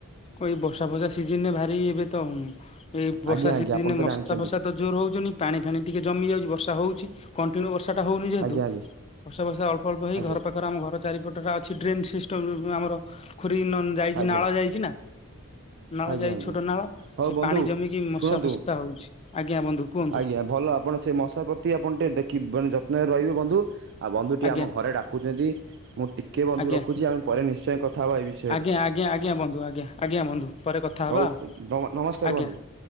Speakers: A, on the left (about 30°); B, on the right (about 55°).
A: କ ଏଇ ବର୍ଷା ଫଷା ସିଜନରେ ଭାରି ଏବେ ତ ଏଇ ବର୍ଷା
B: ଆଜ୍ଞା ଆଜ୍ଞା
A: ସିଜନରେ
B: ଆପଣ ତ
A: ମଶା
B: ଜାଣିଛନ୍ତି
A: ଫସା ତ ଜୋର ହଉଛନ୍ତି ପାଣି ଫାଣି ଟିକେ ଜମି ଯାଉଛି ବର୍ଷା ହଉଛି। କଣ୍ଟିନ୍ୟୁ ବର୍ଷାଟା ହେଉନି ଯେହେତୁ
B: ଆଜ୍ଞା ଆଜ୍ଞା
A: ବର୍ଷା ବର୍ଷା ଅଳ୍ପ ଅଳ୍ପ ହେଇ
B: ଆଜ୍ଞା
A: ଘର ପାଖରେ ତାର ଆମ ଘର ଚାରିପଟଟା ଅଛି ଡ୍ରେନ୍ ସିଷ୍ଟମ୍ ଆମର ଖରି ଯାଇଛି
B: ଆଜ୍ଞା
A: ନାଳ ଯାଇଛି ନା। ନାଳ
B: ଆଜ୍ଞା
A: ଯାଇଛି
B: ଆଜ୍ଞା
A: ଛୋଟ ନାଳ
B: ହଉ
A: ସେ
B: ବନ୍ଧୁ
A: ପାଣି ଜମିକି ମଶା
B: ଶୁଣନ୍ତୁ
A: ଫସା ହଉଛି ଆଜ୍ଞା ବନ୍ଧୁ। କୁହନ୍ତୁ
B: ଆଜ୍ଞା ଭଲ ଆପଣ ସେ ମଶା ପ୍ରତି ଆପଣ ଟିକେ ଦେଖିବେ ମାନେ ଯତ୍ନରେ ରହିବେ ବନ୍ଧୁ। ଆଉ ବନ୍ଧୁ ଟିକେ
A: ଆଜ୍ଞା
B: ଆମ ଘରେ ଡାକୁଛନ୍ତି ମୁଁ ଟିକେ ବନ୍ଧୁ
A: ଆଜ୍ଞା
B: ରଖୁଛି ଆମେ ପରେ ନିଶ୍ଚୟ କଥାହେବା ଏ ବିଷୟ
A: ଆଜ୍ଞା ଆଜ୍ଞା ଆଜ୍ଞା ବନ୍ଧୁ ଆଜ୍ଞା ଆଜ୍ଞା ବନ୍ଧୁ ପରେ କଥା ହବା
B: ହଉ
A: ଆଉ
B: ନମସ୍କାର
A: ଆଜ୍ଞା।
B: ବନ୍ଧୁ।